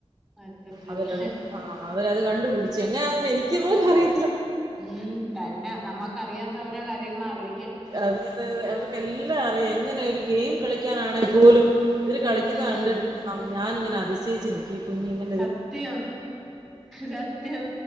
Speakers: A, in the centre; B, on the right.
A: പറ്റത്തില്ല
B: അവരത് ആഹ് അവരത് കണ്ടുപിടിച്ചു എങ്ങനാന്ന് എനിക്ക്പോലും അറിയ
A: ഉം തന്നെ നമ്മക്കറിയാത്ത ഓരോ കാര്യങ്ങളവര്
B: അതെ അതെ അതെ അവർക്കെല്ലാറിയാ എങ്ങനെ ഒരു ഗെയിം കളിക്കാനാണേ പോലും ഇവര് കളിക്ക്യുന്ന
A: ഉം
B: കണ്ട്
A: ഉം
B: ന്നം ഞാനിങ്ങനെ അതിശയിച്ച് നി ഇകുഞ്ഞുങ്ങെ
A: സത്യം സത്യം